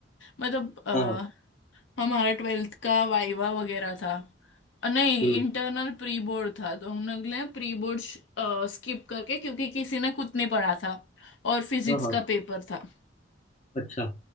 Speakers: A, on the left; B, on the left.
A: मतलब अ,
B: हाँ हाँ
A: हमारा ट्वेल्थ का वाइवा वगैरह था अ, नहीं
B: हम्म
A: इंटरनल प्री बोर्ड था तो हम लोग ने प्री बोर्ड स्किप करके क्योंकि किसी ने कुछ नहीं पढ़ा था और फिजिक्स
B: हाँ हाँ
A: का पेपर था
B: अच्छा